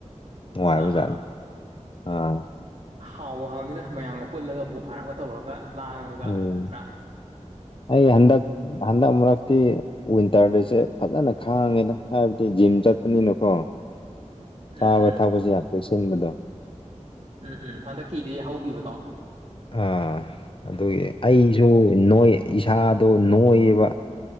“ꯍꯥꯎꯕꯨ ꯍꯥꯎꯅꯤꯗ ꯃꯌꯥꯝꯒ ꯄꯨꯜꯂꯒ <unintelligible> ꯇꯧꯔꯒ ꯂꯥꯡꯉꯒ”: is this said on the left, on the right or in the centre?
Right